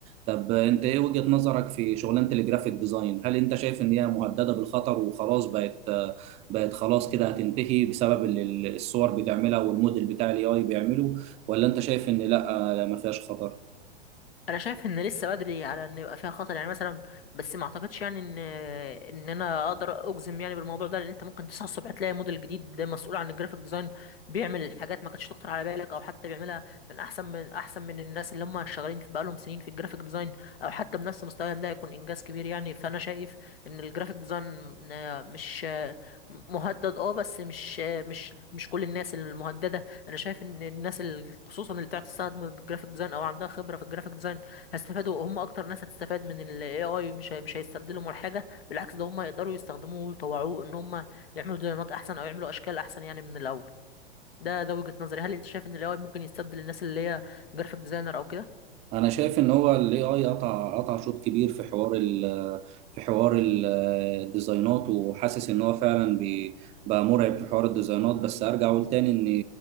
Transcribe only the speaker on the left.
انا شايف ان لسه بدري على ان يبقى فيها خطر يعني مثلا بس ما اعتقدش يعني ان ان انا اقدر اجزم يعني بالموضوع ده لان انت ممكن تصحى الصبح تلاقي موديل جديد ده مسؤول عن الجرافيك ديزاين بيعمل حاجات ما كانتش تخطر على بالك او حتى بيعملها من احسن من احسن من الناس اللي هم شغالين في بقالهم سنين في الجرافيك ديزاين او حتى بنفس مستواهم ده يكون انجاز كبير يعني فانا شايف ان الجرافيك ديزاين آه، مش آه، مهدد اه بس مش آه، مش مش كل الناس المهدده انا شايف ان الناس اللي خصوصا اللي بتعرف تستخدم الجرافيك ديزاين او عندها خبره في الجرافيك ديزاين هيستفادوا هم اكتر ناس هتستفاد من ال AI مش هي- مش هيستبدلوا ولا حاجه بالعكس ده هم يقدروا يستخدموه ويطوعوه ان هم يعملوا ديزاينات احسن او يعملوا اشكال احسن يعني من الاول ده ده وجهة نظري هل انت شايف ان ال AI ممكن يستبدل الناس اللي هي جرافيك ديزاينر او كده